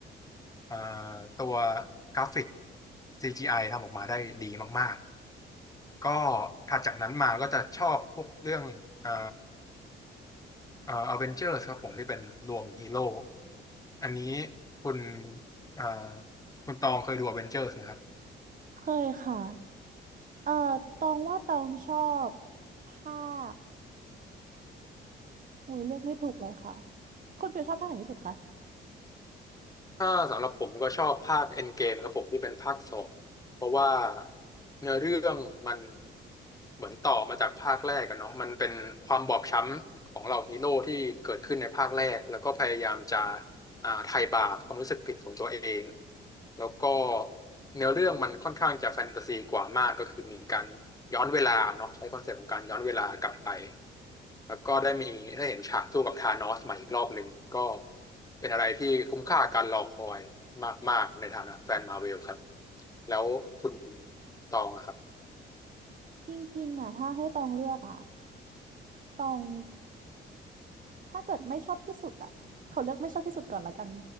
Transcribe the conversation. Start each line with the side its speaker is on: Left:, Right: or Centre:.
Left: อ่าตัวกราฟิก CGI ทำออกมาได้ดีมากๆก็ถัดจากนั้นมาก็จะชอบพวกเรื่องอ่า เอ่ออเวนเจอร์ครับผมที่เป็นรวมฮีโร่อันนี้คุณอ่าคุณตองเคยดูอเวนเจอร์นะครับ
Right: เคยค่ะเอ่อตองว่าตองชอบภาค โอุ้ยเลือกไม่ถูกเลยค่ะคุณฟิลชอบภาคไหนที่สุดคะ
Left: ถ้าสำหรับผมก็ชอบภาคเอ็นเกมครับผมที่เป็นภาคสองเพราะว่าเนื้อเรื่องมันเหมือนต่อมาจากภาคแรกกันเนาะมันเป็นความบอบช้ำของเหล่าฮีโร่ที่เกิดขึ้นในภาคแรกแล้วก็พยายามจะ อ่าไทยบาทความรู้สึกผิดของตัวเองแล้วก็เนื้อเรื่องมันค่อนข้างจะแฟนตาซีกว่ามากก็คือมีการย้อนเวลาเนาะใช้คอนเซปต์ของการย้อนเวลากลับไปแล้วก็ได้มีได้เห็นฉากสู้กับธานอสใหม่อีกรอบหนึ่งก็เป็นอะไรที่คุ้มค่าการรอคอยมากๆในฐานะแฟนมาเวลครับแล้วคุณตองนะครับ
Right: จริงๆอ่ะถ้าให้ตองเลือกอ่ะตองถ้าเกิดไม่ชอบที่สุดอ่ะเขาเลือกไม่ชอบที่สุดก่อนละกัน